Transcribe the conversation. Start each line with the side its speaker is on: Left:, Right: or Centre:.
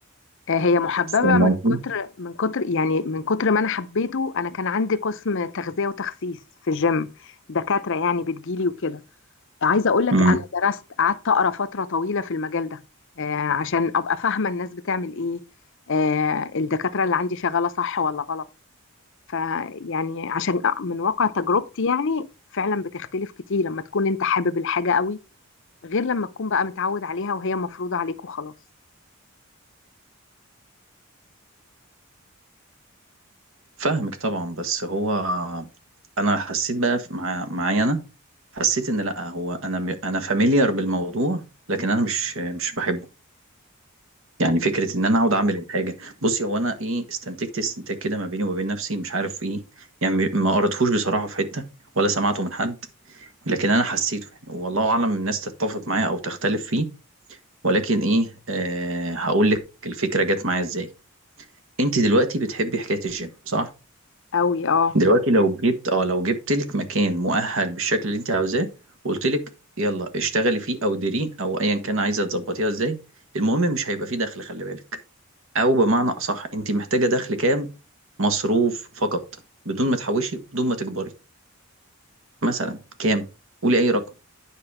Left: آه، هي محببة
Right: فاهم
Left: من كتر
Right: قصدي؟
Left: من كتر يعني من كتر ما أنا حبيته أنا كان عندي قسم تغذية وتخسيس في الجيم دكاترة يعني بتجيلي وكده عايزة أقول لك
Right: امم
Left: أنا درست قعدت أقرأ فترة طويلة في المجال ده آه، عشان أبقى فاهمة الناس بتعمل إيه آه، الدكاترة اللي عندي شغالة صح ولا غلط فيعني عشان من واقع تجربتي يعني فعلا بتختلف كتير لما تكون أنت حابب الحاجة قوي غير لما تكون بقى متعود عليها وهي مفروضة عليك وخلاص
Right: فاهمك طبعا بس هو انا حسيت بقى في- مع معايا انا حسيت ان لا هو انا م- انا فاميليار بالموضوع لكن انا مش مش بحبه يعني فكرة إن أنا أقعد أعمل الحاجة بُصّي، هو أنا إيه، استنتجت استنتاج كده ما بيني وما بين نفسي مش عارف إيه، يعني ما قريتهوش بصراحة في حتّة ولا سمعته من حد، لكن أنا حسّيته يعني والله أعلم الناس تتّفق معايا أو تختلف فيه، ولكن إيه، آآ هاقول لِك الفكرة جات معايا إزاي. أنتِ دلوقتي بتحبّي حكاية الgym صح؟
Left: قوي اه
Right: دلوقتي لو جيت آه، لو جِبت لِك مكان مؤهَّل بالشكل اللي أنتِ عاوزاه وقُلت لِك يالّا اشتغلي فيه أو ديريه أو أيًا كان عايزة تضبّطيها إزاي، المهم مش هيبقى في دَخْل خلّي بالِك. او بمعنى اصح انت محتاجه دخل كام مصروف فقط بدون ما تحوشي وبدون ما تكبري مثلا كام قولي اي رقم